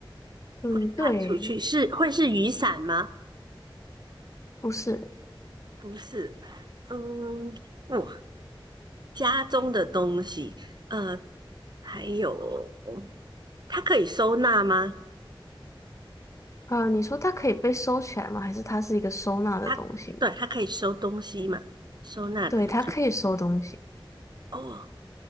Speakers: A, on the left (about 35°); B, on the right (about 50°).
A: 嗯，
B: 带出去。
A: 对，
B: 是会是雨伞吗？
A: 不是。
B: 不是，嗯，哇，家中的东西，呃，还有它可以收纳吗？
A: 呃，你说它可以被收起来吗？还是它是一个收纳的东西吗？
B: 它对，它可以收东西嘛？收纳的东西。
A: 对，它可以收东西。
B: 哦，